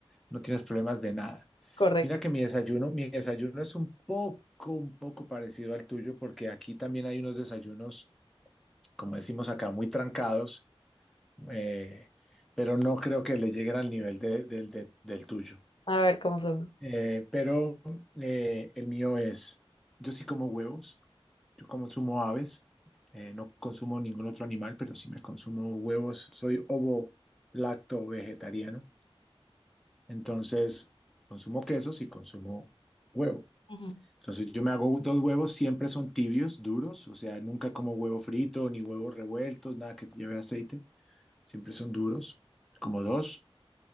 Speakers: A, in the centre; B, on the left.
A: no tienes problemas de nada.
B: Correcto.
A: Mira que mi desayuno, mi desayuno es un poco, un poco parecido al tuyo, porque aquí también hay unos desayunos, como decimos acá, muy trancados, eh, pero no creo que le lleguen al nivel de- del de- del tuyo.
B: A ver cómo son.
A: Eh, pero eh, el mío es, yo sí como huevos. Yo como consumo aves, eh, no consumo ningún otro animal, pero sí me consumo huevos. Soy ovo lacto vegetariano. Entonces, consumo quesos y consumo huevo.
B: Ujú.
A: Entonces, yo me hago dos huevos, siempre son tibios, duros. O sea, nunca como huevo frito ni huevos revueltos, nada que lleve aceite. Siempre son duros, como dos.